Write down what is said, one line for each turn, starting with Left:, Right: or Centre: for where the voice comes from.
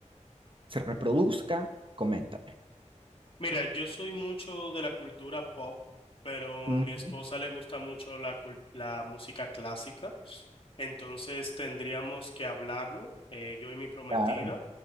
Right: se reproduzca, coméntame.
Left: Mira, yo soy mucho de la cultura pop, pero
Right: Ujú,
Left: mi esposa le gusta mucho la, cul- la música clásica, entonces tendríamos que hablarlo, eh, yo y mi prometida.
Right: Claro.